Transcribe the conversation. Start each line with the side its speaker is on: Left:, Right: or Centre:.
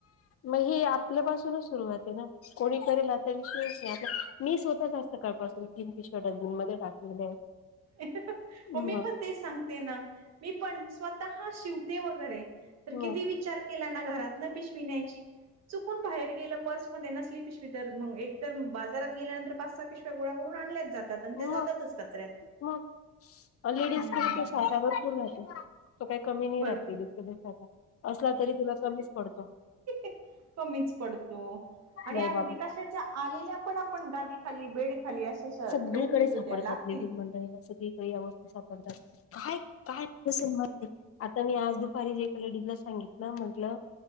Left: मग ह आपल्यापासूनच सुरुवात आहे ना कोणी करेल आचा विषय नाही आप मी स्वतःच स काळपासून तीन ती शर्ट जून मध्ये टाकलेल्या आहेत
Right: म
Left: मग
Right: ममी पण ते सांग. मी पण स्वतः शिवते वगरे तर
Left: मग
Right: किती विचार केला ना घरात न पिशविण्याची चुकून बाहेर गेलं पर्समध्येध्ये नसली पिशवी तर मग एक तर बाजारात गेल्यानंतर पाच सात पिश् गोळा करून आणल्याच जात आणि
Left: मग
Right: ते जातातच कचऱ्यात
Left: मग लेडीज
Right: हम्म
Left: क ते साठा भरपूर राहतो तो काही कमी नाही
Right: भरपूर
Left: राहत असला तरी तिला कमीच पडतो
Right: क प आणि
Left: नाही
Right: अगदी
Left: बाबा
Right: क आल्या पण आपण गादी खाली बेड खाली अशा
Left: सगळीकडे
Right: ठेवून देतो
Left: सापडतात
Right: त्या लागतील
Left: लेडीज मंडळीला सगळीकडे या वस्तू सापडतात काय कायल आता मी आज दुपारी ज ए लेडीजला सांगितलं म्हंटलं